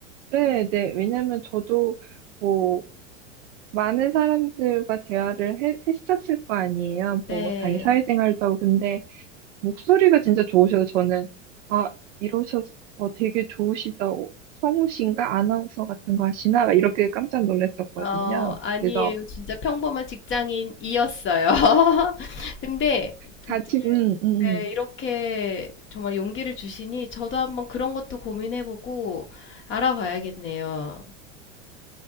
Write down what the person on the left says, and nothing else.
네.
어, 아니에요.
진짜 평범한 직장인이었어요. <laughs> 근데 진짜
네,
이렇게 정말 용기를 주시니 저도 한번 그런 것도 고민해보고 알아봐야겠네요.